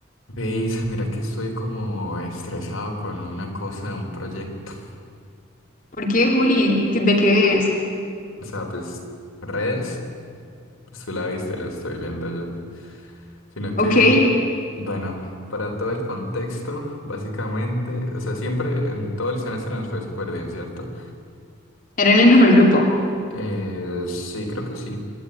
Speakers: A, on the left; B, on the left.
A: Veis, mira que estoy como estresado con una cosa, un proyecto. <laughs>
B: ¿Por qué, Juli? ¿Qué- ¿De qué es?
A: O sea, pues redes, pues tú la viste, lo estoy viendo yo. Sino
B: Ok,
A: que,
B: ¿era
A: bueno, para todo el contexto, básicamente, o sea, siempre en todo el semestre nos fue súper bien, ¿cierto?
B: en el mejor grupo?
A: Eh, sí, creo que sí.